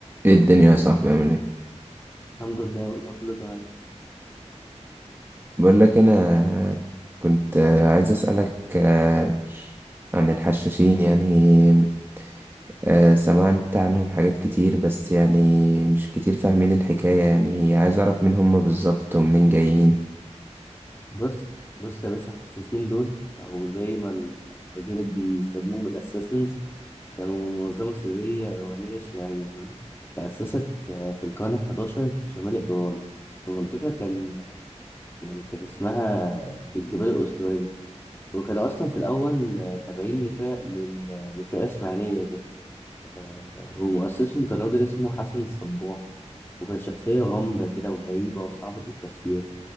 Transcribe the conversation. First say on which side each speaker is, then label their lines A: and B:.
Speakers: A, on the right; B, on the left.
A: ايه الدنيا يا صاحبي عامل ايه
B: الحمد لله والله كله تمام
A: بقول لك انا كنت عايز اسالك آه، عن الحشاشين يعني آه، سمعت عنهم حاجات كتير بس يعني مش كتير فاهمين الحكايه يعني عايز اعرف مين هم بالظبط ومنين جايين
B: بص بص يا باشا حشاشين دول او زي ما ال- الاجانب بيسموهم الاساسنز كانوا منظمه سريه ايرانيه شيعيه تمام تاسست آه، في القرن 11 في شمال ايران في منطقه كان يعني كان اسمها الجبال الاسطوريه وكانوا اصلا في الاول آه، تابعين لفرق لل- لفرقه اسماعيليه كده آه، ومؤسسهم كان راجل اسمه حسن الصباح وكان شخصيه غامضه كده وغريبه وصعبه التفسير